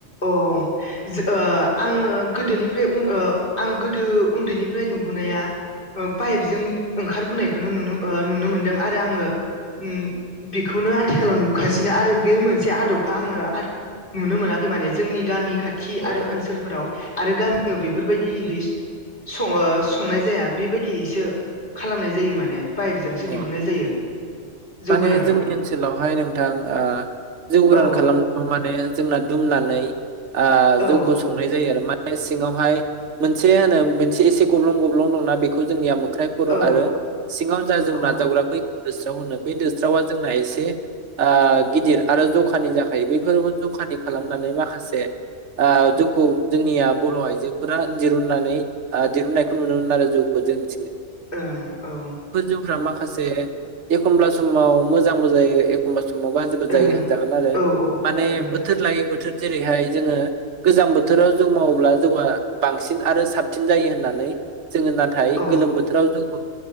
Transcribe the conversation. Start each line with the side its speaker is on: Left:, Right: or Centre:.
Left: अ जो ओ-आङो गोदोनिफ्राय उन ओ-आं गोदो उन्दैनिफ्राय नुबोनाया ओ-पाइपजों ओंखारबोनायखौनो नुनो ओ- नुनो मोनदों आरो आङो उम बेखौनो आथिखालाव नुखासिनो आरो बे मोनसे आदबखौ आङो आथ नुनो मोनाख खै माने जोंनि गामि खाथ थि
Right: अ
Left: आरो ओनसोलफोराव आरो गामि याव बेफोरबायदिहै सङा संनाय जाया बेबायदियैसो खालामनाय जायो माने। पाइपजोंसो
Right: अ
Left: दिहुननाय जायो जौ
Right: माने
Left: गोरानखौ
Right: जोंनि ओनसोलावहाय नोंथां ओ-जौगोरान
Left: औ
Right: खालामनो माने । जोंना दुमनानै आ
Left: औ
Right: जौखौ संनाय जायो आरो मा सिङावहाय मोनसे होनो मोनसे एसे गब्लं गब्लं दंना बेखौ जोंनिया मोख ख्राय खर'
Left: औ
Right: आरो सिङाव जौ
Left: औ
Right: नाजावग्रा बै दोस्राव होनो बै दोस्रावा जोंना एसे आ गिदिर आरो जखानि जाखायो बैफोरबो जखानि खालामनानै माखासे आ जौखौ जोंनिया बर' आइजोफोरा दिरुननानै आ दिरुननायखौ नुनो मोन आरो जौखौ जोंनि।
Left: ओं औ
Right: जौ फोरा माखासे एखमब्ला समाव मोजांबो जायो एखमबा स समाव गाज्रिबो
Left: ओं
Right: जायो होनजागोन आरो
Left: औ
Right: माने
Left: ओं
Right: बोथोर लायो बोथोर। जेरैहाय जोङो गोजां बोथोराव जौ मावोब्ला जौआ बांसिन आरो साबसिन जायो होननानै। जोङो नाथाय
Left: औ
Right: गोलोम बोथोराव जौखौ।